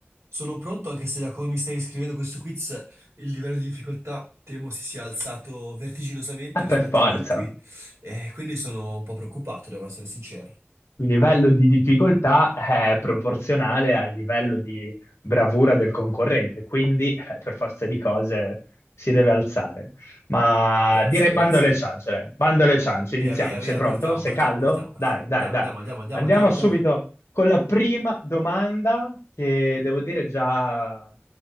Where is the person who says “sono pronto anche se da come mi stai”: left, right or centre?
Right